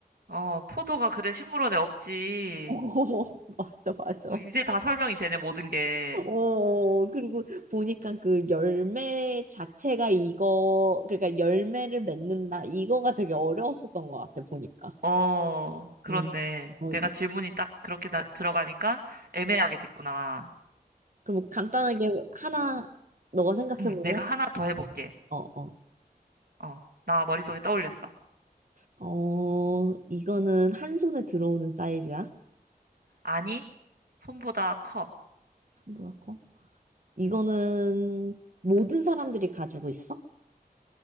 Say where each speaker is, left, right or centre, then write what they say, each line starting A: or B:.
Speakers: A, on the right; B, on the right.
A: 어, 포도가 그래 식물원에 없지.
B: <laughs> 어, 맞아, 맞아.
A: 이제 다 설명이 되네, 모든 게.
B: 어, 어. 그리고 보니까 그 열매 자체가 이거, 그러니까 열매를 맺는다. 이거가 되게 어려웠었던 것 같아, 보니까.
A: 어, 그렇네.
B: 응. 어,
A: 내가 질문이 딱 그렇게 나, 들어가니까 애매하게 됐구나.
B: 그럼 간단하게 하나, 너가 생각해
A: 응,
B: 볼래?
A: 내가 하나 더 해볼게.
B: 어, 어.
A: 어, 나 머릿속에 떠올렸어.
B: 어, 이거는 한 손에 들어오는 사이즈야?
A: 아니, 손보다 커.
B: 손보다 커? 이거는
A: 음.
B: 모든 사람들이 가지고 있어?